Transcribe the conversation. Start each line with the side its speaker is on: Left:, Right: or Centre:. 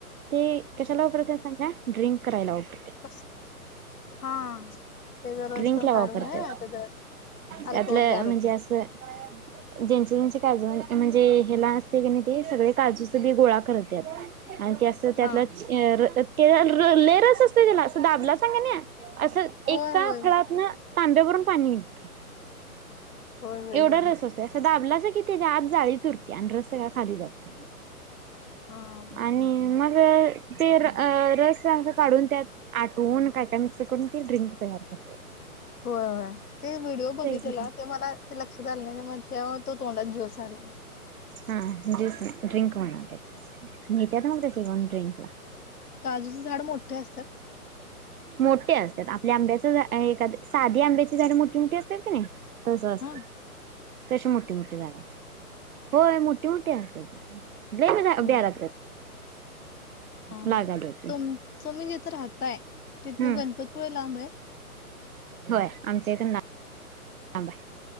Right: ते कशाला वापरत सांगा. ड्रिंक करायला वापरत.
Left: कस हा त्याचा रस
Right: ड्रिंक
Left: पण
Right: ला
Left: काढून
Right: वापरतात.
Left: आहे ना त्याचा अल्कोहोल
Right: त्यातलं
Left: तयार होते
Right: म्हणजे असं, ज्यांची ज्यांची काळजू आणि म्हणजे हेला असते. की नाही. ते सगळे काजूचे बी गोळा करत्यात आणि ते असं त्यातला
Left: हा
Right: र ले लेअर असते. असं त्याला दाबला सांग ना असं. एका
Left: होय होय
Right: फळातन तांब्यावरून पाणी निघते
Left: होय होय
Right: एवढा
Left: होय
Right: रस असत असा दाबलाच की त्याच्या आत जाळी च उरते आणि रस सग का खाली जातोय.
Left: हा
Right: आणि मग ते रस काढून त्यात आटून काय का मिक्स करून ती ड्रिंक तयार करते.
Left: होय हो ते व्हिडिओ बघितलेला.
Right: घरी
Left: ते मला ते लक्षात आलं नाही. तेव्हा तो तोंडात ज्यूस आलो.
Right: हा ज्यूस ड्रिंक म्हणवत नहितात मग तशी घऊन ड्रिंकला <unintelligible>
Left: काजूचे झाड मोठे असतात?
Right: मोठे असतात. आपल्या आंब्याच एखाद साधी आंब्याची झाडे मोठी मोठी असतात की नाही. तस असत
Left: हा
Right: तशी मोठी मोठी झाड असत्यात. होय मोठी मोठीे असते. झाड ब्या लात
Left: होय
Right: त्याला
Left: हा
Right: लागायला की
Left: तुम तुम्ही जिथं राहताय. तिथ
Right: हम्म
Left: म गणपतीपुळेला आंब आहे.
Right: होय आमच्या इथू लाब आहे.